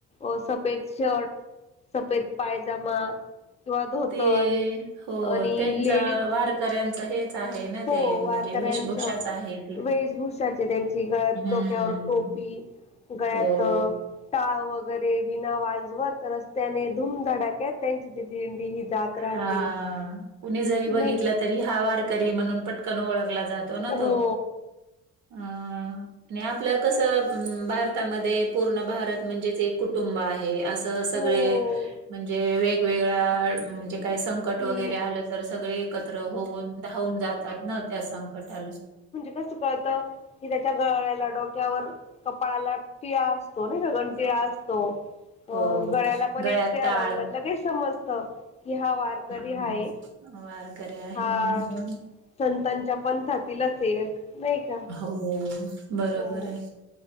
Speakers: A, on the left; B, on the right.
A: अ सफेद शर्ट. सफेद पायजमा, किंवा धोतर.
B: ते हो
A: आणि
B: त्यांच
A: लेडीज
B: वारकऱ्यांचं हेच आहे. ना
A: हो
B: ते म्हणजे
A: वारकऱ्यांच,
B: वेशभूषाच आहे ती
A: वेशभूषाचे त्यांची गळ्यात
B: हम्म
A: डोक्यावर टोपी, गळ्यात,
B: हो
A: टाळ वगैरे, विना वाजवत रस्त्याने धूमधडाक्यात त्यांची ती दिंडीही जात राहती,
B: हा कुणी जरी
A: नाही
B: बघितलं
A: का.
B: तरी हा वारकरी म्हणून पटकन ओळखला जातो. ना
A: हो.
B: तो अ आणि आपल्या कसं भारतामध्ये पूर्ण भारत म्हणजेच एक कुटुंब आहे, असं सगळे
A: हो
B: म्हणजे वेगवेगळ्या, म्हणजे काही सं संकट
A: मी
B: वगैरे आलं तर, सगळे एकत्र होऊन, धावून जातात ना त्या संकटाला.
A: कस कळतं, की त्याच्या गळळ्याला, डोक्यावर कपाळाला टिळा असतो. तो नाही का, गंध टिळा असतो, अ
B: हो
A: गळ्याला पण
B: गळ्यात
A: एक टिळा
B: टाळ
A: लावलेला लगेच समजतं. कि हा वारकरी
B: हम
A: हाय
B: वारकरी आहे
A: हा
B: म्हणून ही
A: संतांच्या पंथातील असेल एक नाही का.
B: हो बरोबर
A: हो
B: हाय.